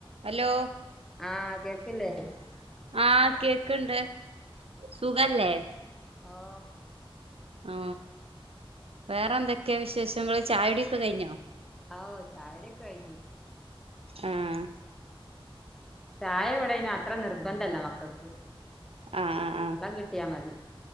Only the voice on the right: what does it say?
Hello
ആ കേക്ക്ണ്ട് സുഖല്ലേ?
ആ വേറെന്തൊക്കെ വിശേഷങ്ങള് ചായടിക്കെ കഴിഞ്ഞോ
ഉം
ആഹ് ആഹ് ആഹ്